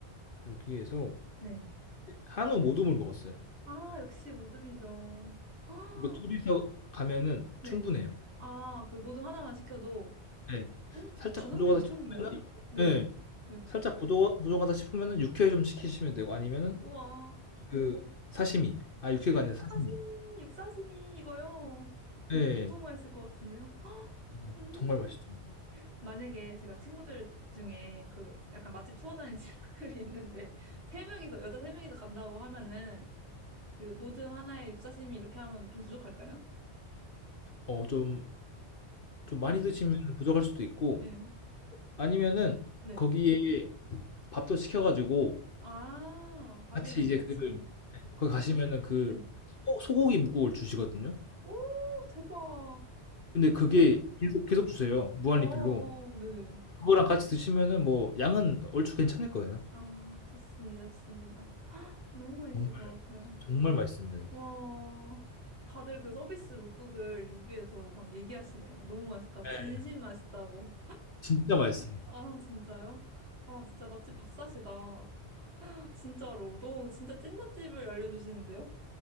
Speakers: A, on the left; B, on the right.
A: 여기에서
B: 네.
A: 한우 모둠을 먹었어요.
B: 아, 역시 모듬이죠. <gasps> 헉,
A: 이거 둘이서 가면은
B: 네.
A: 충분해요.
B: 아, 그 모듬 하나만 시켜도,
A: 네.
B: <gasps> 헉,
A: 살짝
B: 가성비
A: 부족하다
B: 미쳤는데요?
A: 싶으면은
B: 네네.
A: 네.
B: 네.
A: 살짝 부족, 부족하다 싶으면은 육회 좀 시키시면 되고 아니면은
B: 우와.
A: 그 사시미. 아, 육회가 아니라
B: 사시미,
A: 사시미.
B: 육사시미 이거요.
A: 예.
B: 너무 맛있을 것 같은데요.
A: 어
B: 음.
A: 정말 맛있죠, 이거.
B: 만약에 제가 친구들 중에 그 약간 맛집 투어 다니는 <laughs> 친구들이 있는데 세 명이서 여자 세 명이서 간다고 하면은 그 모듬 하나에 육사시미 이렇게 하면 좀 부족할까요?
A: 어 좀 좀 많이
B: 좀 주-
A: 드시면 부족할 수도 있고
B: 예.
A: 아니면은
B: 네.
A: 거기에 밥도 시켜 가지고
B: 아, 밥이랑
A: 같이 이제
B: 같이.
A: 그 거기 가시면은 그
B: 네.
A: 소 소고기 뭇국을 주시거든요.
B: 오, 대박. 어,
A: 근데 그게 계속 계속 주세요, 무한
B: 어, 어,
A: 리필로.
B: 어, 네네.
A: 그거랑 같이 드시면은 뭐 양은 얼추 괜찮을 거예요.
B: 아, 좋습니다. 좋습니다. 너무 맛있을
A: 정말
B: 것 같아요.
A: 정말 맛있습니다, 여기.
B: 와, 다들 그 서비스 묵국을 리뷰에서 막 얘기하시네요. 너무 맛있다고. 진심
A: 예.
B: 맛있다고.
A: 진짜 맛있어요.
B: 아, 진짜요? 아, 진짜 맛집 박사시다. <laughs> 진짜로. 너무 진짜 찐 맛집을 알려주시는데요?